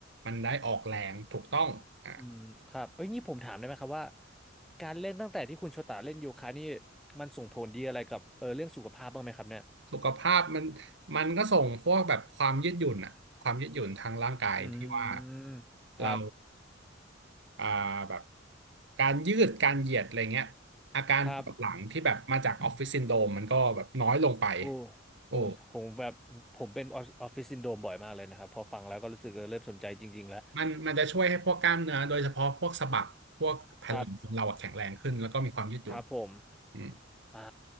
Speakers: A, on the right (about 65°); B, in the centre.
A: มันได้ออกแรงถูกต้องอ่ะ
B: อืมครับเอ้ยนี่ผมถามได้ไหมครับว่าการเล่นตั้งแต่ที่คุณโชตาเล่นโยคะนี่มันส่งผลดีอะไรกับเออเรื่องสุขภาพบ้างไหมครับเนี่ย
A: สุขภาพมันมันก็ส่งพวกแบบความยืดหยุ่นอะความยืดหยุ่นทางร่างกายที่ว่า
B: อืมครับ
A: เราอ่าแบบการยืดการเหยียดอะไรเงี้ยอาการปวดหลังที่แบบมาจากออฟฟิศซินโดรมมันก็แบบน้อยลงไป
B: ครับโอ้
A: โอ้
B: โอ้ยผมแบบผมเป็นออฟฟิศซินโดรมบ่อยมากเลยนะครับพอฟังแล้วก็รู้สึกเออเริ่มสนใจจริงๆแล้ว
A: มันมันจะช่วยให้พวกกล้ามเนื้อโดยเฉพาะพวกสะบักพวกแผ่นหลังของเราอะแข็งแรงขึ้นแล้วก็มีความยืดหยุ่น
B: ครับครับผม
A: อืม
B: อ่า